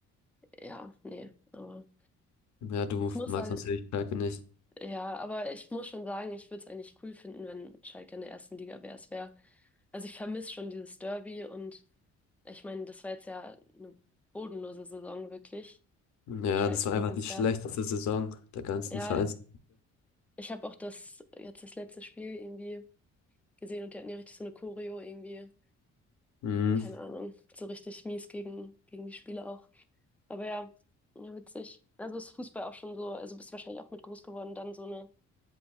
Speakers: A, in the centre; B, on the left.
A: ja, nee, aber
B: Ja, du
A: ich muss
B: magst
A: sagen,
B: natürlich Schalke nicht.
A: ja, aber ich muss schon sagen, ich würde es eigentlich cool finden, wenn Schalke in der ersten Liga wäre. Es wäre, also ich vermisse schon dieses Derby und ich meine, das war jetzt ja eine bodenlose Saison wirklich
B: Ja,
A: von Schalke
B: das war
A: dieses
B: einfach die schlechteste
A: Jahr.
B: Saison der ganzen
A: Ja,
B: Vereins.
A: ich habe auch das, jetzt das letzte Spiel irgendwie gesehen und die hatten ja richtig so eine Choreo irgendwie,
B: Mhm.
A: keine Ahnung, so richtig mies gegen, gegen die Spieler auch. Aber ja, ja, witzig. Also ist Fußball auch schon so, also bist wahrscheinlich auch mit groß geworden, dann so eine